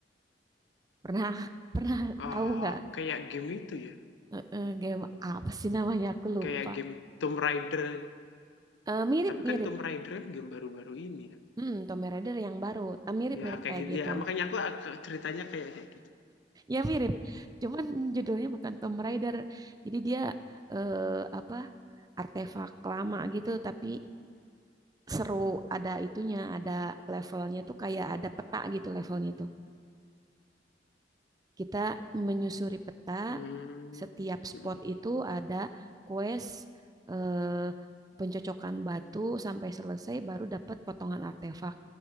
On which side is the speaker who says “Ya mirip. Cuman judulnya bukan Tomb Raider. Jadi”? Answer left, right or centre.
Right